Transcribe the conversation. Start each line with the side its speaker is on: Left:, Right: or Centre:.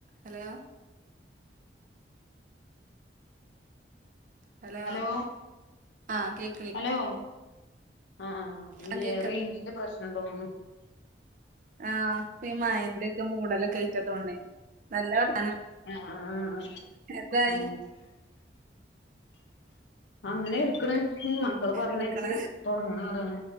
Right: Hello hello
Left: hello
Right: ആഹ് കേക്ക്‌ണ്
Left: hello ആഹ് ആഹ് ഇനി
Right: ആ കേക്ക്‌ണ്ട്
Left: റേഞ്ചിന്റെ പ്രശ്നണ്ടോന്ന്ണ്
Right: ആഹ ഈ മായന്റെക്കെ മൂടലൊക്ക ണ്ടായ്റ്റാ തോന്ണ്‌ നല്ല വർത
Left: ആ ആഹ
Right: എന്തായി
Left: ഉ അങ്ങനെ എടുക്കണ് ഉ മക്കളെ പറഞ്ഞയ്ച്ചി
Right: എടുക്കണ
Left: തുടങ്ങണ താണ്‌